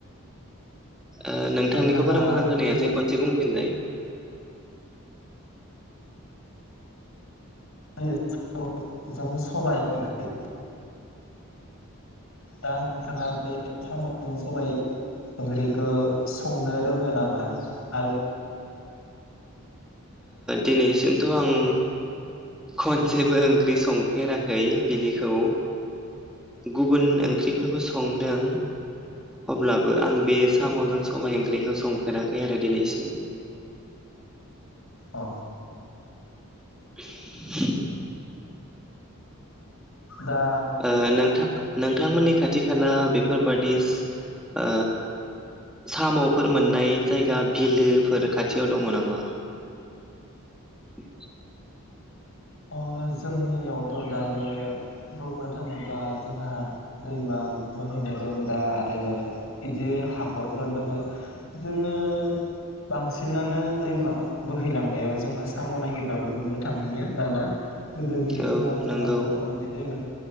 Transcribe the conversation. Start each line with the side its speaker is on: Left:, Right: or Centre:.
Centre: ओ नोंथांनिखौ
Left: नोंथाङा
Centre: बारा मोजां खोनासै
Left: बे
Centre: खनसे बुंफिनलाय
Left: सजों सबाय ओंख्रि दा नोंथाङा बे सामजों सबाय ओंख्रिखौ संनो रोङो नामा आरो
Centre: दिनैसिमथ आं खनसेबो ओंख्रि संफेराखै बिदिखौ गुबुन ओंख्रिफोरखौ संदों अब्लाबो आं बे सामजों सबाय ओंख्रिखौ संफेराखै आरो दिनैसिम
Left: अ
Centre: <unintelligible>
Left: दा
Centre: ओ नोंथां नोंथांमोननि खाथि खाला बेफोरबादि ओ सामफोर मोननाय जायगा बिलोफोर खाथियाव दङ नामा औ
Left: अ जोंनियावथ दायो बुंनो थाङोब्ला जोंहा दैमा बोहैनाय दं दा आरो बिदि हाखरफोर दङ जोङो बांसिनानो दैमा बोहैलांनायाव जोङो साम नागिरबाबो मोननो थांलिया दाना गोदोनि समाव
Centre: औ
Left: जोंहा
Centre: नंगौ
Left: गोबां मोननाय जायोमोन